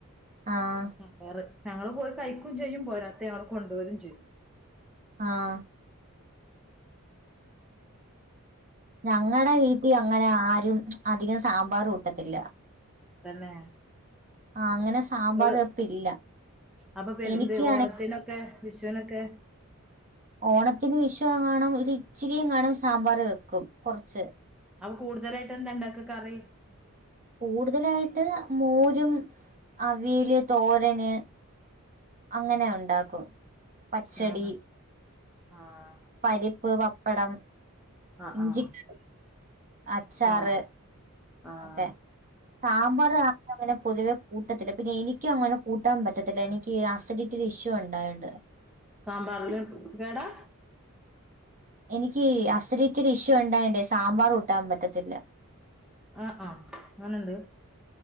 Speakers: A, on the right; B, in the centre.
A: ആഹ്
B: വേറെ ഞങ്ങള് പോയ് കഴിക്കും ചെയ്യും പോരാത്ത ഞങ്ങള് കൊണ്ടോരും ചെയ്യും
A: ആഹ് ഞങ്ങടെ വീട്ടിൽ അങ്ങനെ ആരും അധികം സാമ്പാർ കൂട്ടത്തില്ല
B: തന്നെ
A: ആഹ അങ്ങനെ സാമ്പാർ
B: ഇങ്ങള്
A: വെപ്പില്ല
B: അപ്പൊ പെരു
A: എനിക്കാണെ
B: ന്ത് ഓണത്തിനൊക്കെ വിഷുനൊക്കെ
A: ഓണത്തിന് വിഷുവേങ്ങാനും ഒരിച്ചിരിങ്ങാനും സാമ്പാർ വെക്കും കുറച്ച്
B: അപ്പോ കൂടുതലായിട്ട് എന്താ ഇണ്ടാക്ക കറി
A: കൂടുതലായിട്ട് മോരും അവിയല് തോരന് അങ്ങനെ ഉണ്ടാക്കും പച്ചടി
B: ആഹ് ആഹ്
A: പരിപ്പ് പപ്പടം
B: ആഹ്
A: ഇഞ്ചിക്കറി
B: ആഹ്
A: അച്ചാറ്
B: ആഹ് ആഹ്
A: ഒക്കെ സാമ്പാർ ആ അങ്ങനെ പൊതുവെ കൂട്ടത്തില്ല പിന്നെ എനിക്കും അങ്ങനെ കൂട്ടാൻ പറ്റത്തില്ല എനിക്ക് ആസ് അതിറ്റൊരു ഇഷ്യൂ ഉണ്ടായോണ്ട്
B: സാമ്പാറില് കേടാ
A: എനിക്കീ അസിഡിറ്റിടെഇഷ്യു ഉണ്ടായോണ്ടേ സാമ്പാർ കൂട്ടാൻ പറ്റത്തില്ല
B: ആഹ ആഹ് അങ്ങനണ്ട്